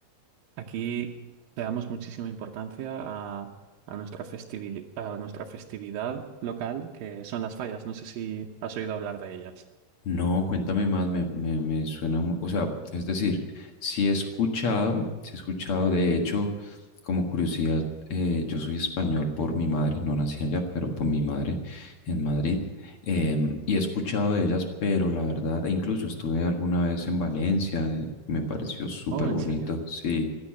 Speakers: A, on the right; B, on the left.
A: Aquí le damos muchísima importancia a, a nuestra festivili- a nuestra festividad local, que son las fallas. No sé si has oído hablar de ellas.
B: No, cuéntame más, me, me, me suena, mu- o sea, es decir, sí he escuchado, sí he escuchado, de hecho, como curiosidad, eh, yo soy español por mi madre, no nací allá, pero por mi madre en Madrid, em, y he escuchado de ellas, pero la verdad, e incluso estuve alguna vez en Valencia, y me pareció súper
A: Oh,
B: bonito,
A: ¿en serio?
B: sí,